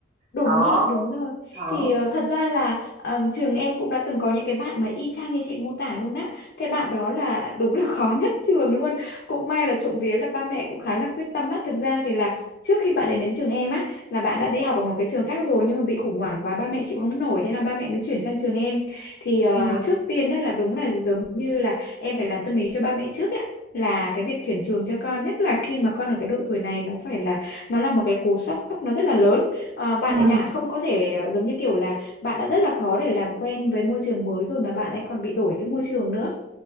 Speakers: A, on the left; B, on the right.
A: Đúng
B: đó
A: rồi, đúng rồi.
B: đó
A: Thì ờ, thật ra là ờm, trường em cũng đã từng có những cái bạn mà y chang như chị mô tả luôn á. Cái bạn đó là đúng là <laughs> khó nhất trường luôn. Cũng may là trộm vía là ba mẹ cũng khá là quyết tâm á. Thực ra thì là trước khi bạn ấy đến trường em á là bạn đã đi học ở một cái trường khác rồi nhưng mà bị khủng hoảng quá ba mẹ chịu không nổi thế là ba mẹ mới chuyển sang trường em. Thì ờ,
B: ừ
A: trước tiên đó là đúng là giống như là em phải làm tâm lý cho ba mẹ trước á. là cái việc chuyển trường cho con nhất là khi mà con ở cái độ tuổi này nó phải là nó là một cái cú sốc nó rất là lớn ờ, bạn
B: ừ
A: ấy đã không có thể ờ, giống như kiểu là bạn đã rất là khó để làm quen với môi trường mới rồi mà bạn ấy còn bị đổi cái môi trường nữa